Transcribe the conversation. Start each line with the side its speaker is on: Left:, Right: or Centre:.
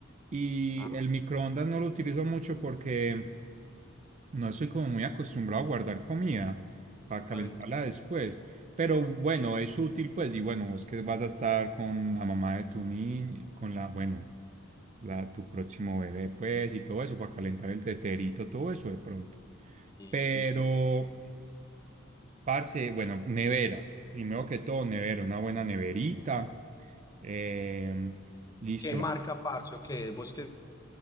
Right: Y
Left: Ah,
Right: el microondas no lo utilizo mucho porque... No soy como muy acostumbrado a guardar comida para calentarla
Left: ah, mentira.
Right: después, pero bueno, es útil pues y bueno, vos que vas a estar con la mamá de tu niño, con la, bueno, la, tu próximo bebé pues y todo eso para calentar el teterito, todo eso de pronto.
Left: Sí,
Right: Pero,
Left: sí, sí.
Right: parce, bueno, nevera, primero que todo nevera, una buena neverita, eh, listo,
Left: ¿Qué marca,
Right: la,
Left: parce, o qué? ¿Vos que